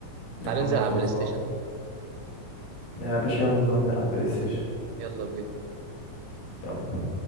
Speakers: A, on the left (about 75°); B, on the right (about 75°).
A: يا
B: تعال
A: عم
B: ننزل على
A: خلصان
B: البلاي ستيشن
A: يا باشا يلا نروح نلعب بلاي ستيشن
B: يلا بينا
A: يلا